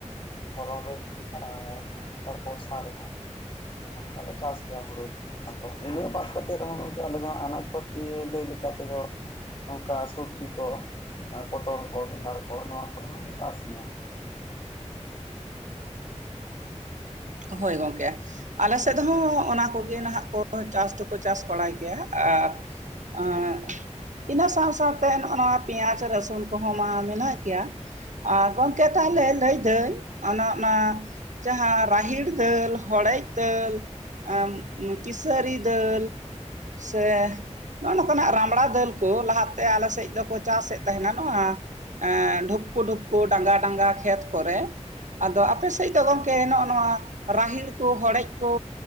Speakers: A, on the left; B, on the right.
A: ᱫᱷᱚᱨᱚᱱ ᱨᱮ ᱢᱤᱫ ᱡᱤᱠᱷᱟ ᱟᱨ ᱦᱮᱜᱼᱮ ᱱᱮᱛᱟᱨ ᱵᱚᱨᱥᱟ ᱨᱮᱦᱚᱸ ᱚᱝᱠᱟᱞᱮ ᱪᱟᱥ ᱜᱮᱭᱟ ᱦᱩᱲᱩ ᱫᱚ ᱦᱟᱸᱜ ᱟᱫᱚ ᱤᱱᱟᱹ ᱵᱟᱫ ᱠᱟᱛᱮ ᱨᱮᱦᱚᱸ ᱠᱤ ᱟᱞᱮ ᱫᱚ ᱦᱟᱸᱜ ᱟᱱᱟᱡ ᱯᱟᱹᱛᱤ ᱞᱟᱹᱭ ᱞᱮᱠᱟ ᱛᱮᱫᱚ ᱚᱝᱠᱟ ᱥᱚᱵᱽᱡᱤ ᱠᱚ ᱯᱚᱴᱚᱞ ᱠᱚ ᱵᱮᱸᱜᱟᱲ ᱠᱚ ᱱᱚᱣᱟ ᱠᱚᱦᱚ ᱞᱮ ᱪᱟᱥ ᱜᱮᱭᱟ᱾
B: ᱦᱳᱭ ᱜᱚᱝᱠᱮ᱾ ᱟᱞᱮ ᱥᱮᱫ ᱦᱚᱸ ᱚᱱᱟ ᱠᱚᱜᱮ ᱱᱟᱦᱟᱜ ᱠᱚ ᱪᱟᱥ ᱫᱚᱠᱚ ᱪᱟᱥ ᱵᱟᱲᱟᱭ ᱜᱮᱭᱟ, ᱟᱨ ᱮᱸ ᱤᱱᱟᱹ ᱥᱟᱶ ᱥᱟᱶᱛᱮ ᱱᱚᱜᱼᱚ ᱱᱚᱣᱟ ᱯᱮᱸᱭᱟᱡ ᱨᱟᱹᱥᱩᱱ ᱠᱚᱦᱚᱸ ᱢᱟ ᱢᱮᱱᱟᱜ ᱜᱮᱭᱟ᱾ ᱟᱸ ᱜᱚᱝᱠᱮ ᱛᱟᱦᱞᱮ ᱞᱟᱹᱭ ᱫᱟᱹᱧ ᱚᱱᱮ ᱚᱱᱟ ᱡᱟᱦᱟᱸᱨ ᱯᱟᱦᱤᱲ ᱫᱟᱹᱞ, ᱦᱚᱲᱮᱡ ᱫᱟᱹᱞ, ᱮᱸ ᱠᱤᱥᱟᱹᱨᱤ ᱫᱟᱹᱞ ᱥᱮ ᱱᱚᱜᱼᱚ ᱱᱚᱠᱟᱱᱟᱜ ᱨᱟᱢᱲᱟ ᱫᱟᱹᱞ ᱠᱚ ᱞᱟᱦᱟ ᱛᱮ ᱟᱞᱮ ᱥᱮᱫ ᱫᱚᱠᱚ ᱪᱟᱥᱮᱫ ᱛᱟᱦᱮᱱᱟ ᱱᱚᱣᱟ᱾ ᱮᱸ ᱰᱳᱯᱠᱳ ᱰᱳᱯᱠᱳ ᱰᱟᱸᱜᱟ ᱰᱟᱸᱜᱟ ᱠᱷᱮᱛ ᱠᱚᱨᱮ ᱟᱫᱚ ᱟᱯᱮ ᱥᱮᱫ ᱫᱚ ᱜᱚᱝᱠᱮ ᱱᱚᱜ ᱱᱚᱣᱟ ᱨᱟᱦᱤᱲ ᱠᱚ ᱦᱚᱲᱮᱡ ᱠᱚ